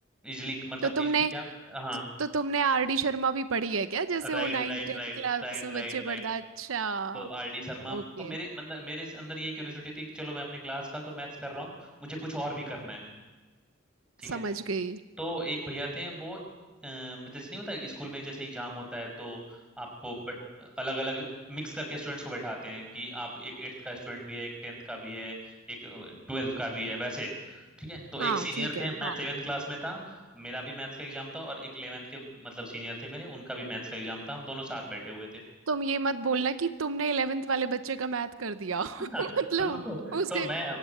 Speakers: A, in the centre; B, on the right (about 85°).
A: इजली मतलब
B: तो तुमने
A: इजली क्या हाँ
B: तो, तो तुमने आर डी शर्मा भी पढ़ी है क्या जैसे
A: right
B: वो नाइन्थ
A: right
B: टेंथ
A: right
B: क्लास
A: right
B: में बच्चे
A: right
B: पढ़ता
A: right
B: अच्छा
A: तो आर डी शर्मा
B: ओके
A: तो मेरे अंदर मेरे अंदर ये क्यूरियोसिटी थी कि चलो मैं अपने क्लास का तो मैथ्स कर रहा हूँ मुझे कुछ और भी करना है ठीक
B: समझ
A: है
B: गई
A: तो एक भैया थे वो अ, जैसे नहीं होता स्कूल में जैसे एग्जाम होता है तो आपको अलग अलग मिक्स करके स्टूडेंट्स को बैठाते हैं कि आप एक एट्थ का स्टूडेंट भी है एक टेंथ का भी है एक ट्वेल्थ का भी है वैसे ठीक है तो एक
B: हाँ
A: सीनियर
B: ठीक है
A: थे
B: हाँ
A: मैं सेवेंथ क्लास में था मेरा भी मैथ्स का एग्जाम था और एक इलेवेंथ के मतलब सीनियर थे मेरे उनका भी मैथ्स का एग्जाम था हम दोनों साथ बैठे हुए थे
B: तुम ये मत बोलना कि तुमने इलेवेंथ वाले बच्चे का मैथ कर दिया <laughs>
A: हाँ,
B: मतलब
A: सुनो तो
B: उसके
A: तो मैं